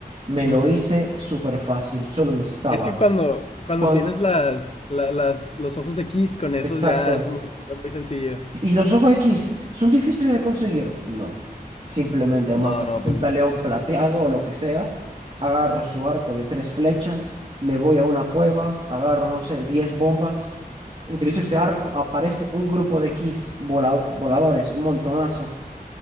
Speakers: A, on the right; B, on the left.
A: Me
B: Ujú.
A: lo hice súper fácil, solo necesitaba.
B: Es que cuando, cuando
A: Con...
B: tienes las, la- las, los ojos de Kiss con esos
A: Exacto.
B: ya es muy, muy sencillo.
A: ¿Y los ojos X son difíciles de conseguir? No. Simplemente
B: No,
A: mato
B: no, pues
A: a un
B: no.
A: león plateado o lo que sea, agarro su arco de tres flechas, me voy a una cueva, agarro, no sé, diez bombas, utilizo ese arco, aparece un grupo de X voladores, un montonazo.